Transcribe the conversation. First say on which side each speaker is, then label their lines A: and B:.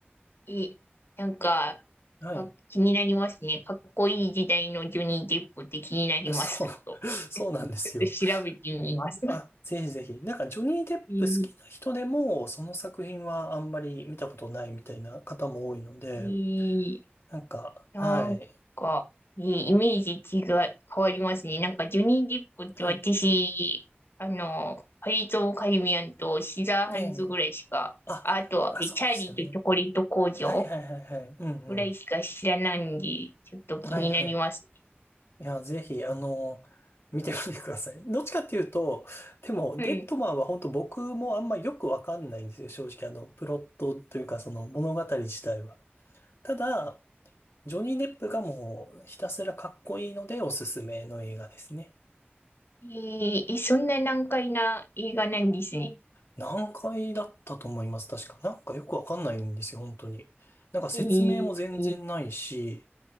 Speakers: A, on the left; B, on the left.
A: いい。なんか、
B: はい。
A: あ気になりますね。かっこいい時代のジョニー・デップって気になります。
B: そう、
A: ちょっと
B: <laughs> そうなんですよ。
A: ちょっと調べてみます。<laughs>
B: あ、ぜひぜひ。なんか、ジョニー・デップ好きな人でも、
A: いい、
B: その作品はあんまり見たことないみたいな方も多いので、
A: いい
B: なんか、
A: なんか、
B: はい。
A: いいイメージ違い、変わりますね。なんか、ジョニー・デップって私、
B: はい。
A: あの、パリとカリビアンとシザーハンズぐらいしか、
B: ええ。あ、
A: あと、
B: あ、
A: えチャーリーとチョコレート工場
B: そうですよね。はいはいはいはい。うんうん。
A: ぐらいしか知らないんで、ちょっと気になりますね。
B: はいはい。いや、ぜひ、あの、見てみてください。どっちかっていうと、でも、
A: はい。
B: デッドマンは本当僕もあんまよくわかんないんですよ。正直、あの、プロットというか、その物語自体は。ただ、ジョニー・デップがもうひたすらかっこいいのでおすすめの映画ですね。
A: えー、えそんな難解な映画なんですね。
B: 何回だったと思います、確か。なんかよくわかんないんですよ、本当に。なんか説明も全然ないし、
A: えー、